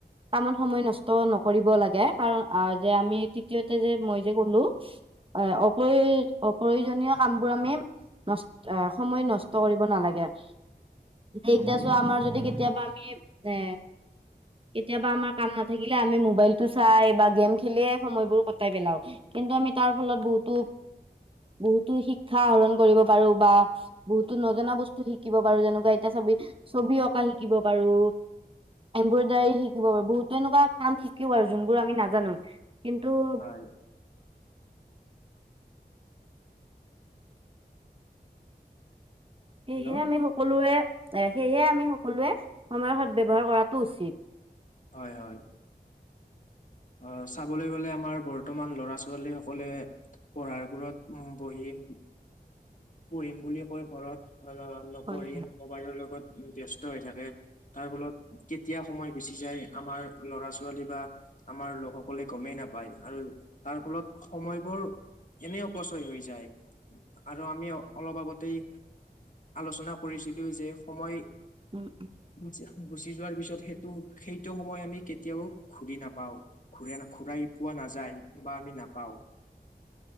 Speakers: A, on the right (about 30°); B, on the left (about 50°).
A: কামত সময় নষ্ট নকৰিব লাগে কাৰণ যে আমি তৃতীয়তে যে মই যে গ'লো হয়, অপয় -অপ্ৰয়োজনীয় কাম বোৰ আমি নষ্ট সময় নষ্ট কৰিব নালাগে। এতিয়া চোৱা আমাৰ যদি কেতিয়াবা আমি এ কেতিয়াবা আমাৰ কাম নাথাকিলে আমি মোবাইলটো চাই বা গেম খেলিয়ে সময়বোৰ কটাই পেলাও কিন্তু কিন্তু আমি তাৰ ফলত বহুতো বহুতো শিক্ষা আহৰণ কৰিব পাৰো বা বহুতো নজনা বস্তু শিকিব পাৰো যেনেকুৱা এতিয়া ছবি -ছবি অঁকা শিকিব পাৰো, এনব্ৰইডাৰী শিকিব পাৰু বহুতো তেনেকুৱা কাম শিকিব আৰু যোনবোৰ আমি নাজানো। কিন্তু,
B: হয়
A: সেইহে
B: হেল্ল'
A: আমি সকলোৱে এ সেয়েহে আমি সকলোৱে সময়ৰ সদ ব্যৱহাৰ কৰাটো উচিত।
B: হয় -হয় আহ, চাবলৈ গলে আমাৰ বৰ্তমান ল'ৰা- ছোৱালী সকলে পঢ়াৰগোৰত উম বহি পঢ়িম বুলিয়ে কৈ ঘৰত অ'নপঢ়ি
A: হয়
B: মোবাইলৰ লগত ব্যস্ত হৈ থাকে তাৰ ফলত কেতিয়া সময় গুচি যায় আমাৰ ল'ৰা -ছোৱালী বা আমাৰ লোকসকলে গমেই নাপায় আৰু তাৰ ফলত সময়বোৰ এনে অপচয় হৈ যায় আৰু আমি আমি অলপ আগতেই আলোচনা কৰিছিলো যে সময়
A: উম
B: <unintelligible> গুচি যোৱাৰ পিছত সেইটো -সেইটো সময় আমি কেতিয়াও ঘূৰি নাপাও ঘূৰা ন ঘূৰাই পোৱা না নাযায় বা আমি নাপাওঁ।
A: <inaudible>